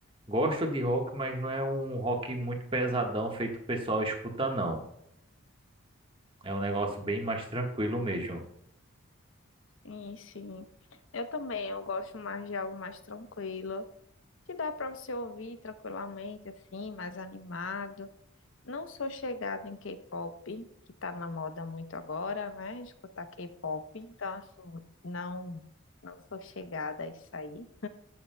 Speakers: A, on the right; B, on the left.
A: gosto de rock, mas não é um rock muito pesadão feito o pessoal escuta, não. É um negócio bem mais tranquilo mesmo.
B: Sim, sim. Eu também, eu gosto mais de algo mais tranquilo, que dá para você ouvir tranquilamente, assim, mais animado. Não sou chegada em K-pop, que tá na moda muito agora, né? Escutar K-pop, então, assim, não, não sou chegada a isso aí.